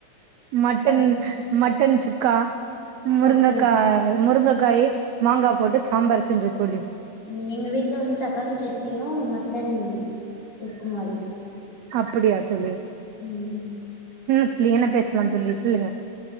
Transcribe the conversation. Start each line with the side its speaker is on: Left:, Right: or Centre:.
Right: மட்டன்
Left: ஓகே
Right: மட்டன் சுக் க்கா முருங்கக்கா
Left: ஓகே
Right: முருங்கைக்காய் மாங்கா போட்டு சாம்பார் செஞ்சோ தோழி
Left: உம் எங்க வீட்டுல வந்து தக்காளி சட்னியு மட்டன் தொக்கு மாரி
Right: அப்டியா தோழி
Left: ம்
Right: என்ன தோழி என்ன பேசலாம் தோழி சொல்லுங்க